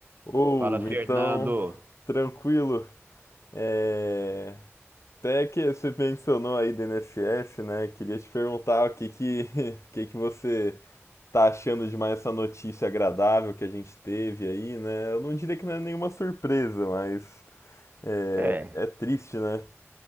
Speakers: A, on the left; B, on the right.
A: Ou
B: Fala, Fernando.
A: então, tranquilo. É... Até que você mencionou aí do INSS, né? Queria te perguntar o que que, <laughs> o que que você tá achando de mais essa notícia agradável que a gente teve aí, né? Eu não diria que não é nenhuma surpresa, mas é,
B: É,
A: é triste, né?